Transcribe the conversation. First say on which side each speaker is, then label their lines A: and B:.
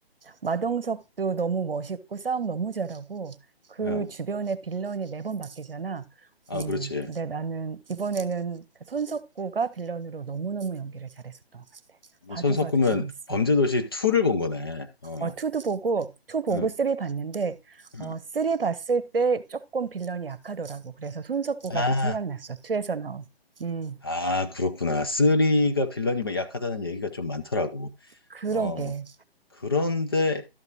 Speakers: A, on the right; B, on the left.
A: 마동석도 너무 멋있고 싸움 너무 잘하고 그
B: 응.
A: 주변에 빌런이 매번 바뀌잖아.
B: 아,
A: 음,
B: 그렇지.
A: 근데 나는 이번에는 그 손석구가 빌런으로 너무너무 연기를 잘했었던 것 같아. 봐도
B: 손 섞으면
A: 봐도 재밌어.
B: 범죄도시 2를 본 거네. 어,
A: 어, 2도 보고, 2 보고
B: 응.
A: 3 봤는데,
B: 음.
A: 어, 3 봤을 때 조금 빌런이 약하더라고. 그래서 손석구가
B: 아,
A: 더 생각났어. 2에서 나온. 음,
B: 아, 그렇구나. 쓰리가 빌런이 막 약하다는 얘기가 좀 많더라고.
A: 그러게.
B: 어, 그런데